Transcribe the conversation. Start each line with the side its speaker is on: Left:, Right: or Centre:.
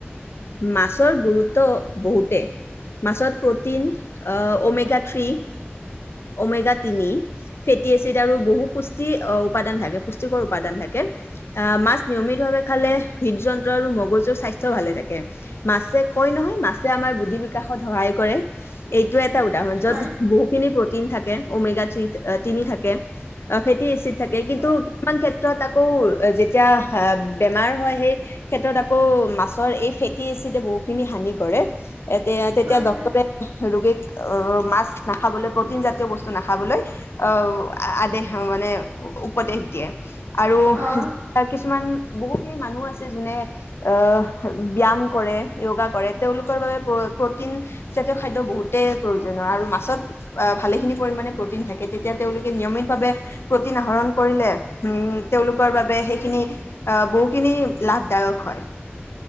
Left: মাছৰ গুৰুত্ব বহুতে মাছত প্ৰটিন অমেগা থ্ৰী অমেগা তিনি ফেটি এচিড আৰু বহু পুষ্টি উপাদান থাকে পুষ্টিকৰ উপাদান থাকে আহ মাছ নিয়মিতভাৱে খালে হৃদযন্ত্ৰ আৰু মগজুৰ স্বাস্থ্য ভালে থাকে মাছে কয় নহয় মাছে আমাৰ বুদ্ধি বিকাশত সহায় কৰে এইটো এ উদাহৰণ যত
Right: হয়,
Left: বহুখিনি তি থাকে অমেগা থ্ৰী তিনি থাকে ফেটি এ থাকে কিন্তু
Right: হয়,
Left: কিছুমান ক্ষেত্ৰত আকৌ যেতিয়া বেমাৰ হয় সেই ক্ষেত্ৰত আকৌ মাছৰ এই ফে টি এ চিতে বহুতখিনি হানি কৰে এয়া তেতিয়া
Right: হয়,
Left: ড্ক্তৰে
Right: হয়,
Left: ৰোগীক অহ মাছ নাখাবলৈ প্ৰটিন জাতীয় বস্তু নাখাবলৈ আহ আদেশ মানে উপদেশ দিয়ে আৰু
Right: অ',
Left: কিছুমান বহুতখিনি মানুহ আছে যোনে আহ ব্যাম কৰে য়োগা কৰে তেওঁলোকৰ বাবে প্ৰ'টিন জাতীয় খাদ্য বহুতে প্ৰয়োজনীয় আৰু মাছত ভালেখিনি পৰিমাণে প্ৰটিন থাকে তেতিয়া তেওঁলোকে নিয়মিতভাৱে প্ৰটিন আহৰণ কৰিলে তেওঁলোকৰ বাবে সেইখিনি বহুখিনি লাভদায়ক হয়